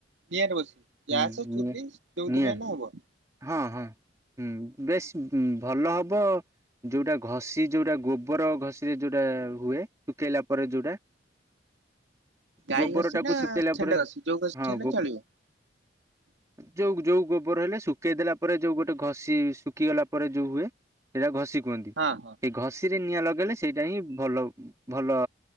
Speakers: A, on the right; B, on the right.
A: ନିଆଁରେ ବସିବି,
B: ହୁଁ
A: ଗ୍ୟାସ୍
B: ନିଆଁ
A: ଚୁଲି ଯୋଉଥିରେ
B: ନିଆଁରେ
A: ହେନେ ହବ।
B: ହଁ, ହଁ, ହୁଁ, ବେଶି ଉଁ, ଭଲ ହବ ଯୋଉଟା ଘଷି ଯୋଉଟା ଗୋବର ଘଷି ରେ ଯୋଉଟା ହୁଏ ଶୁଖେଇଲା ପରେ ଯୋଉଟା।
A: ଗାଈ
B: ଗୋବର
A: ଘଷି
B: ଟାକୁ
A: ନା
B: ଶୁଖେଇଲା
A: ଷେଣ୍ଡ
B: ପରେ
A: ଘଷି ଯୋଉ ଘଷି
B: ହଁ
A: ହେନେ
B: ଗୋ
A: ଚଳିବ?
B: ଯୋଉ ଯୋଉ ଗୋବର ହେଲେ ଶ କେଇ ଦେଲା ପରେ ଯୋଉ ଗୋଟେ ଘଷି ଶୁଖି ଗଲା ପରେ ଯୋଉ ହୁଏ ସେଇଟା ଘଷି କୁହନ୍ତି।
A: ହଁ ହଁ
B: ସେଇ ଘଷ ଷିରେ ନିଆଁ ଲଗେଇଲେ ସେଇଟା ହିଁ ଭଲ ଭ ଭଲ